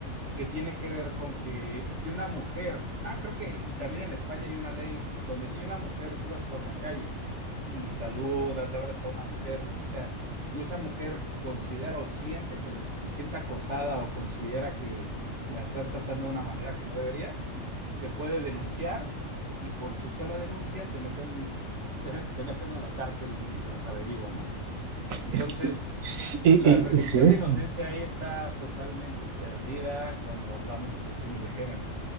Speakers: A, on the right; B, on the right.
A: que tiene que ver con que si una mujer, ah, creo que, y también en España hay una ley donde si una mujer tú vas por la calle y saludas, le hablas a una mujer, lo que sea, y esa mujer considera o siente que les- se sienta acosada o considera que la estás tratando de una manera que no deberías, te puede denunciar y por su sola denuncia te meten, te, te meten a la cárcel mientras averigua, ¿no? Entonces,
B: Es que sí, eh,
A: la
B: eh,
A: presunción
B: es eso.
A: de inocencia ahí está totalmente perdida cuando hablamos de cuestiones de género.